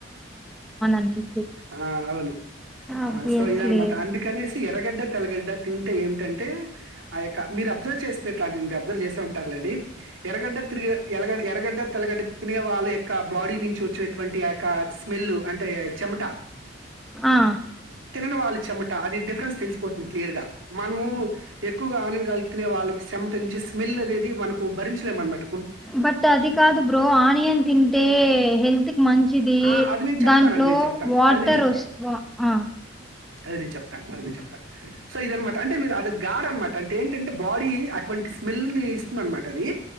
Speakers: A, in the centre; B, on the right (about 80°).
A: అనేసి
B: ఆ అవును
A: ఆబ్వియస్లీ
B: సో ఇది అన్నమాట అందుకనేసి ఎర్రగడ్డ తెల్లగడ్డ తింటే ఏమిటంటే ఆ యొక్క మీరు అబ్జర్వ్ చేసినట్లాంటివి మీరు అబ్జర్వ్ చేసే ఉంటారులేండి ఎర్రగడ్డ తిరిగే ఎలగడ్ ఎర్రగడ్డ తెల్లగడ్డ తినే వాళ్ళ యొక్క బాడీ నుంచి వచ్చినటు అటువంటి యక్క స్మెల్ అంటే చెమట
A: ఆ
B: తినని వల్ల చెమట అది డిఫరెన్స్ తెలిసిపోతుంది క్లియర్ గా మనము ఎక్కువగా ఆనియన్ కలిపి తినే వాళ్ళకు చెమట నుంచి స్మెల్ అనేది మనకు భరించలేము అన్నమాట
A: బట్ అది కాదు బ్రో ఆనియన్ తింటే హెల్త్ కి మంచిది
B: ఆ! అది నేను చెప్తాను.
A: దాంట్లో
B: అది నేను చెప్తాను.
A: వాటర్
B: అది నేను చెప్తాను.
A: వస్తేవా ఆ
B: అది నేను చెప్తాను అది నేను చెప్తాను సో ఇది అనమాట అంటే మీరు అది గాడ్ అనమాట అంటే ఏంటంటే బాడీ అటువంటి స్మెల్ ని ఇస్తుంది అనమాట అది